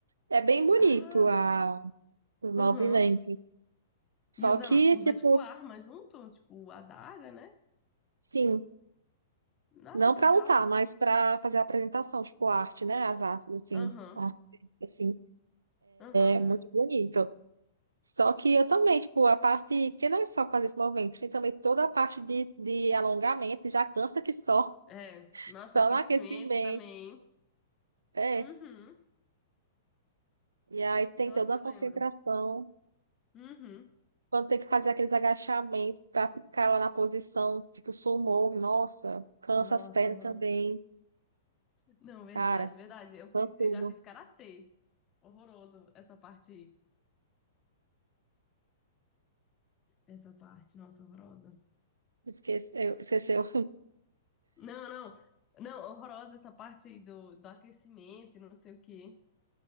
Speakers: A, on the right (about 75°); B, on the left (about 30°).
A: É bem bonito
B: Ah,
A: a, os movimentos.
B: uhum.
A: Só
B: E usa,
A: que,
B: usa
A: tipo,
B: tipo, arma junto, tipo, adaga, né?
A: sim,
B: Nossa,
A: não
B: que
A: para
B: legal.
A: lutar, mas para fazer a apresentação, tipo, arte, né? As artes, assim,
B: Aham,
A: artes, assim,
B: aham.
A: é muito bonito. Só que eu também, tipo, a parte que não é só fazer esse movimento, tem também toda a parte de, de alongamento, já cansa que só.
B: É, nossa,
A: Só
B: aquecimento
A: no aquecimento.
B: também. hein?
A: É.
B: Uhum.
A: E aí tem
B: Nossa,
A: toda
B: eu
A: a
B: lembro.
A: concentração.
B: Uhum.
A: Quando tem que fazer aqueles agachamentos pra ficar lá na posição, tipo, sumô, nossa, cansa
B: Nossa,
A: as pernas
B: horroroso.
A: também.
B: Não, verdade,
A: Cara,
B: verdade. Eu
A: cansa
B: fiz,
A: tudo.
B: eu já fiz karatê. Horroroso essa parte, essa parte, nossa, horrorosa.
A: Esqueceu, esqueceu.
B: Não, não. Não, horrorosa essa parte aí do, do aquecimento, e não sei o quê.